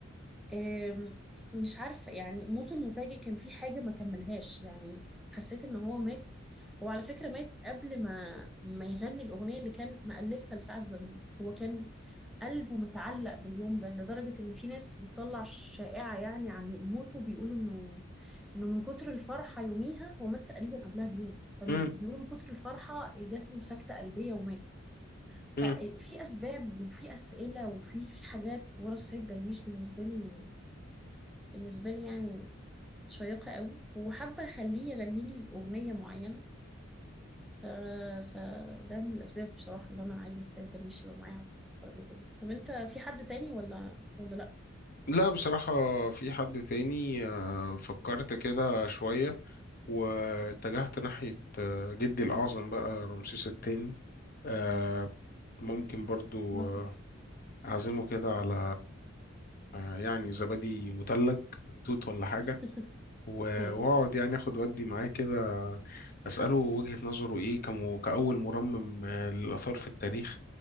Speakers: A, in the centre; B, on the left.
A: آم، مش عارفة يعني موته المفاجئ كان في حاجة ما كملهاش يعني حسيت ان هو مات هو على فكرة مات قبل ما ما يغني الأغنية اللي كان مألفها لسعد زغلول هو كان قلبه متعلق باليوم ده لدرجة ان في ناس بتطلع شائعة يعني عن موته بيقولوا انه انه من كتر الفرحة يوميها هو مات تقريبا قبلها بيوم فبيقولوا
B: مم،
A: من كتر الفرحة جات له سكتة قلبية ومات
B: مم.
A: ففي أسباب وفي أسئلة وفي في حاجات ورا السيد درويش بالنسبة لي بالنسبة لي يعني شيقة قوي وحابة أخليه يغني لي أغنية معينة ف... فده من الأسباب بصراحة اللي أنا عايزة السيد درويش يبقى معايا على الترابيزة دي طب أنت في حد تاني ولا ولا لأ
B: لا بصراحة في حد تاني آه، فكرت كده شوية واتجهت ناحية آه، جدي الأعظم بقى رمسيس الثاني آه، ممكن برضو
A: لطيف
B: آه، أعزمه كده على آه، يعني زبادي مثلج توت ولا حاجة
A: <laughs>
B: و-
A: مم.
B: وأقعد يعني أخد ودي معاه كده أسأله وجهة نظره إيه كمو كأول مرمم آه، للآثار في التاريخ